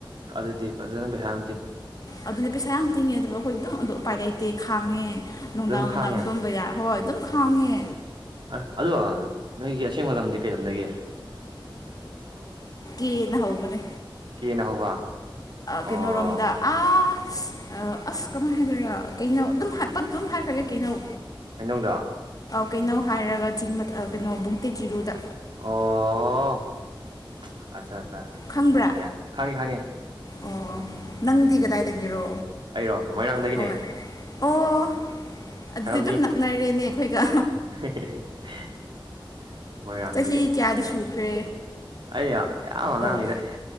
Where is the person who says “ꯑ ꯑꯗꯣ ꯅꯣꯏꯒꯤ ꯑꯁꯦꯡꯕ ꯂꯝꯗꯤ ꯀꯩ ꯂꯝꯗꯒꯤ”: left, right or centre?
Right